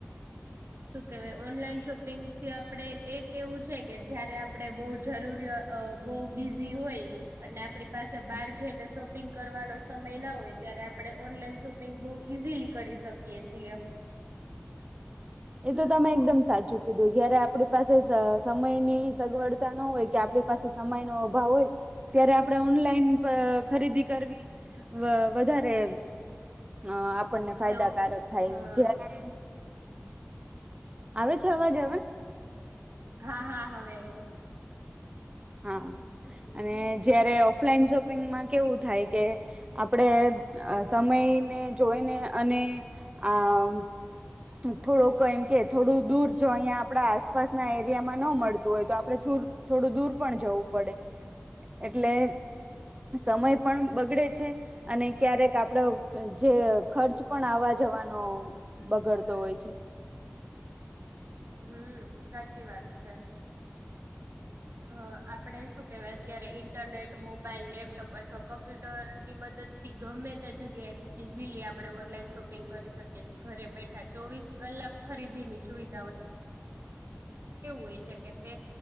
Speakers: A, on the right (about 90°); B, on the right (about 30°).
A: શુ કેહેવાય, ઓનલાઈન શોપિંગ થી આપણે એક એવું છે, કે જયારે આપડણે બહ જરૂરી બહ બ હોય અને આપડી પાસે બહાર જઈને શોપિંગ કરવાનો સમય ના હોય ત્યારે, આપડે ઓનલાઈન શોપિંગ બહુ ઈઝીલી કરી. શકીએ છીએ.
B: એ તો તમે એકદમ સાચું કીધું, જયારે આપણી પાસે સમયની સગવડતા ન હોય કે આપણી પાસે. સમય ન અભાવ હોય ત્યારે, આપડે ઓનલાઈન. ખરીદી કરવી વધારે. અ આપણને ફાયદાકારક
A: હલો
B: થાય
A: હા
B: જ્યારે. આવે છે અવાજ હવે.
A: હા, હા હવે આવું.
B: હા, અને જયારે ઓફલાઈન શોપિંગમાં કેવું થાય કે આપણેે અ, સમયને જોઈને અને આ. થોડુંક એમ કે, થોડું દૂર જો અહીયાં આપડા આસપાસ ના એરિયામાં ન મળતું હોય, તો આપડે થોડું થોડું દૂર પણ જવું પડે એટલે સમય પણ બગડે છે અને ક્યારેક આપડો જે ખર્ચ પણ આવા જવાનો બગડતો હોય છે.
A: હમ, સાચી વાત છે. હ. આપણે શું કેહેવાય, અત્યારે ઇન્ટરનેટ, મોબાઈલ, લેપટોપ અથવા કમ્પ્યુટર ની મદદથી ગમે ગમે તે જગ્યાએથી ઈઝીલી આપણે ઓનલાઈન શોપિંગ કરી શકીએ છીએ, ઘરે બેઠા ચોવીસ કલાક ખરી ધ ની છું <unintelligible> હોય છે કે તે